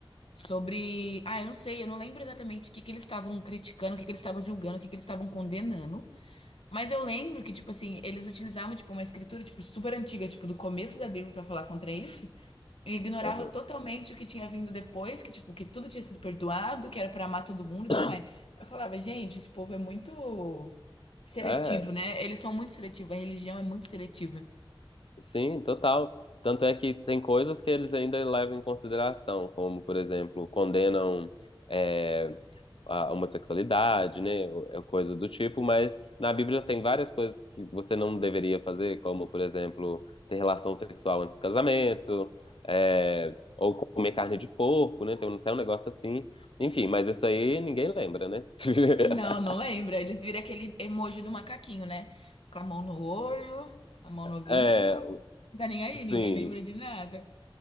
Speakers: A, on the left; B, on the left.
A: sobre. Ah, eu não sei, eu não lembro exatamente o que que eles estavam criticando, o que que eles estavam julgando, o que que eles estavam condenando. Mas eu lembro que, tipo assim, eles utilizavam, tipo, uma escritura, tipo, super antiga, tipo, do começo da Bíblia pra falar contra isso. E ignorava
B: aham.
A: totalmente o que tinha vindo depois, que, tipo, que tudo tinha sido perdoado, que era pra amar todo mundo e
B: <coughs>
A: tudo mais. Eu falava, gente, esse povo é muito seletivo,
B: É.
A: né? Eles são muito seletivos, a religião é muito seletiva.
B: Sim, total. Tanto é que tem coisas que eles ainda levam em consideração, como, por exemplo, condenam é, a homossexualidade, né? ou- é Coisa do tipo, mas na Bíblia tem várias coisas que você não deveria fazer, como, por exemplo, ter relação sexual antes do casamento, é, ou comer carne de porco, né? Tem um- até um negócio assim. Enfim, mas isso aí ninguém lembra, né? <laughs>
A: Não, não lembra. Eles viram aquele emoji do macaquinho, né? Com a mão no olho, a mão no ouvido.
B: É,
A: Não Tá nem aí,
B: sim.
A: ninguém lembra de nada.